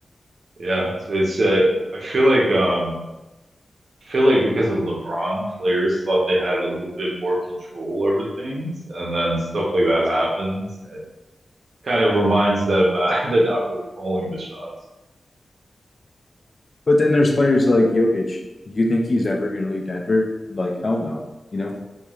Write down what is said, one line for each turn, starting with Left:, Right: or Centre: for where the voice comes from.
Right: Yeah, so it's uh, I feel like um I feel like because of LeBron, players thought they had a little bit more control over things, and then stuff like that happens, and kind of reminds them uh, <laughs> they're not really calling the shots.
Left: But then there's players like Jokic. Do you think he's ever going to leave Denver? Like, hell no. You know?